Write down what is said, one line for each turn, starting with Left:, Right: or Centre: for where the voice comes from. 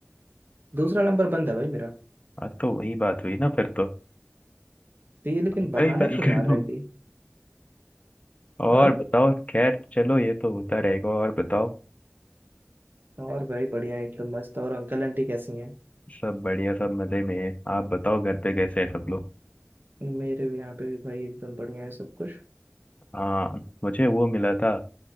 Right: दूसरा नंबर बंद है भाई मेरा
Left: आज तो वही बात हुई ना फिर तो
Right: तो ये लेकिन
Left: <laughs>
Right: बहाना
Left: मैं ही कॉल
Right: क्यों
Left: कर
Right: मार
Left: दूँ
Right: रहा है कि
Left: और
Right: हाँ
Left: बताओ खैर चलो ये तो होता रहेगा और बताओ
Right: और भाई बढ़िया एकदम मस्त और अंकल आंटी कैसी हैं
Left: सब बढ़िया सब मजे में है आप बताओ घर पे कैसे हैं सब लोग
Right: मेरे भी यहाँ पे भी भाई एकदम बढ़िया है सब कुछ
Left: हाँ मुझे वो मिला था